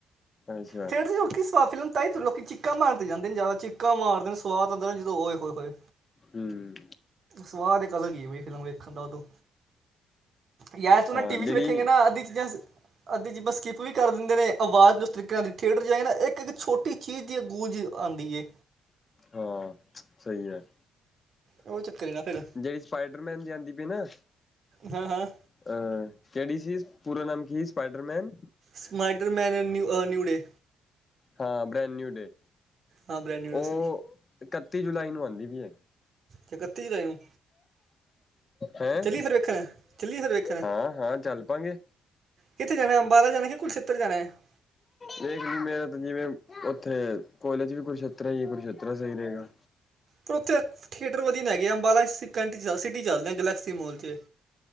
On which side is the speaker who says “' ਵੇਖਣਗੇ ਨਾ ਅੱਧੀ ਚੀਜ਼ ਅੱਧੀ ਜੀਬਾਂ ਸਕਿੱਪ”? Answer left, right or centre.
Right